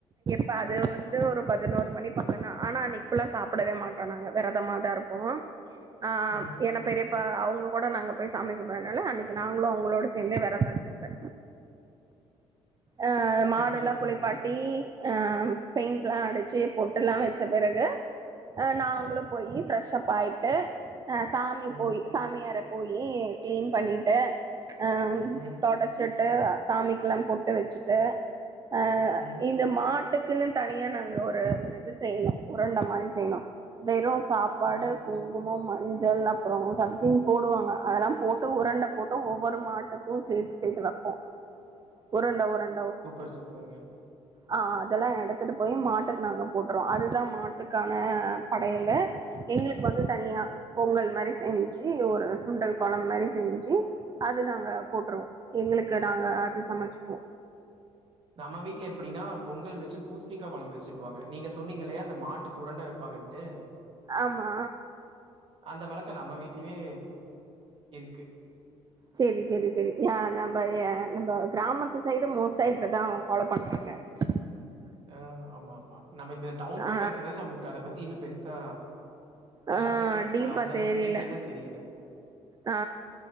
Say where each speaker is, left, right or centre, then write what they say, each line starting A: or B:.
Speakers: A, on the right (about 35°); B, on the right (about 50°).
A: இப்ப அது வந்து ஒரு பதினோரு மணி பக்கந்தா ஆனா அன்னிக் ஃபுல்லா சாப்பிடவே மாட்டோ நாங்க வெரதமாதா இருப்போ ஆ
B: ம்
A: ஏனா பெரியப்பா அவுங்க கூட நாங்க போய் சாமி கும்பர்னால அன்னைக்கு நாங்களு அவுங்களோட சேந்தே வெரதோ இருக்கறது அ மாடல்லா
B: சூப்பர் சூப்பர்ங்க
A: குளிப்பாட்டி அ பெயிண்ட்லா அடிச்சு பொட்டல்லா வெச்ச பெறகு அ நாங்ளு போயி ஃப்ரெஷப் ஆய்ட்டு ஆ சாமி
B: ம்
A: போயி சாமியற போயி க்ளீன் பண்ணிட்டு அ
B: ம்
A: தொடச்சிட்டு சாமிக்லா பொட்டு வெச்சிட்டு அ
B: ம்
A: இந்த மாட்டுக் குனு தனியா நாங்க ஒரு ஒரு இது செய்யணு உரண்ட மாரி செய்ணு வெறு சாப்பாடு
B: ம்
A: கு ங்கம் மஞ்சள் அப்புறோ சம்திங் போடுவாங்க அதெல்லா போட்டு உரண்ட போட்டு ஒவ்வொரு மாட்டுக்கு சே சேத்து வெப்போ உரண்ட உரண்
B: சூப்பர் சூப்பர்ங்க
A: ஆ அதெல்லா எடுத்துட்டு போயி மாட்டுக் நாங்க போட்டுறோ அதுதா மாட்டுக்கான படையலு எங்களுக் வந்து தனியா பொங்கல் மாரி செஞ்சி ஒரு சுண்டல் கொழம்பு மாரி செஞ்சி அது நாங்க போ அப்றோ எங்குளுக்கு நாங்க அது சமச்சுப்போ
B: நம்ம வீட்ல எப்டினா பொங்கல் வெச்சு பூஸ்ணிக்கா கொழம்பு வெச்சுருவாங்க நீங்க சொன்னீங்களயா அந்த மாட்டுக்கு உரண்ட வெப்பா அங்க வந்ட்டு
A: ஆமா
B: அந்த வழக்க நம்ம வீட்லயுமே இருக்கு
A: சேரி சேரி சேரி அ நம்ப எ நம்ப கிராமத்து சைடும் மோஸ்டா இப்டிதா ஃபாலோ பண்றாங்க <unintelligible>
B: ஆ ஆமா ஆமா நம்ம இந்த டவுன்
A: ஆ
B: பக்கோ இருக்குனால நம்ளுக்கு அத பத்தி இன்னு பெருசா
A: ஆ
B: எலாப்ரீட்டாத்
A: டீப்பா
B: அ அந்த அளவுக்கு
A: தெரில
B: டீட்டெயல்டா தெரில
A: ஆ